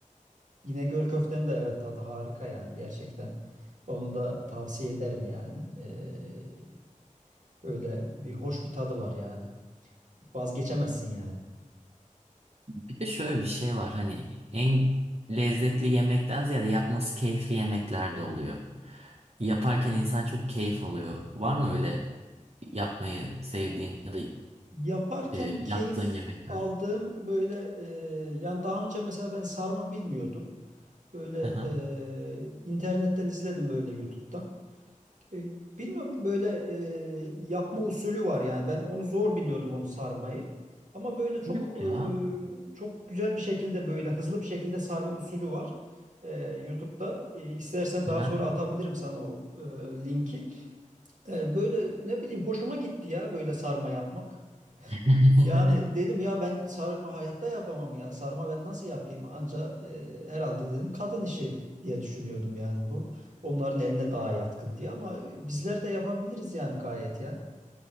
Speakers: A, on the right; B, on the right.
A: <laughs> İnegöl köftenin de evet tadı harika yani gerçekten. Onu da tavsiye ederim yani. Ee, öyle bir hoş bir tadı var yani. Vazgeçemezsin yani.
B: Bir de şöyle bir şey var. Hani en lezzetli yemekten ziyade yapması keyifli yemekler de oluyor. Yaparken insan çok keyif alıyor. Var mı öyle yapmayı sevdiğin ya da
A: Yaparken
B: e, yaptığın
A: keyif
B: yemekler?
A: aldığım böyle e, yani daha önce mesela ben sarma bilmiyordum. Böyle
B: Aha.
A: e, internetten izledim böyle YouTube'dan. E, Bilmiyorum ki böyle e, yapma usulü var yani. Ben onu zor biliyordum onu sarmayı. Ama böyle çok
B: Yok ya.
A: e, çok güzel bir şekilde böyle hızlı bir şekilde sarma usulü var. E, YouTube'da. E, istersen
B: Aha.
A: daha sonra atabilirim sana o e, linki. E, böyle ne bileyim hoşuma gitti ya böyle sarma yapmak.
B: <laughs>
A: Yani dedim ya ben sarma hayatta yapamam ya. Sarma ben nasıl yapayım? Anca e, herhalde dedim kadın işi diye düşünüyordum yani bu. Onların eline daha yatkın diye ama bizler de yapabiliriz yani gayet ya.